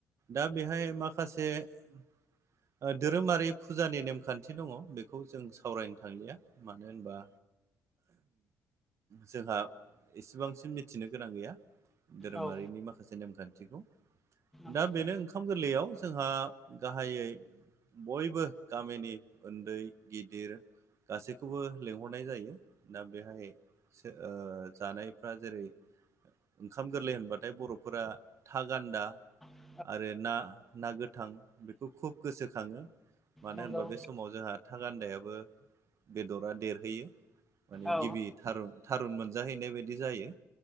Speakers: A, on the right (about 50°); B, in the centre.
A: दा बेहाय माखासे ओ धोरोमारि फुजानि नेमखान्थि दङ बेखौ जों सावरायनो थांलिया मानो होनबा जोंहा एसेबांसिम मिथिनो गोनां गैया धोरोमारिनि
B: औ
A: माखासे नेमखान्थिखौ
B: नंगौ
A: दा बेनो ओंखाम गोरलैयाव जोंहा गाहायै बयबो गामिनि ओन्दै गिदिर गासैखौबो लेंहरनाय जायो दा बेहाय सो ओ जानायफ्रा जेरै ओंखाम गोरलै होनबाथाय बर'फोरा था गान्दा
B: औ
A: आरो ना ना गोथां बेखौ खुब गोसोखाङो। मानो
B: नंगौ
A: होनबा बे समाव जोंहा था गान्दायाबो बेदरा देरहैयो। माने
B: औ
A: गिबि थारुन थारुन मोनजाहैनाय बायदि जायो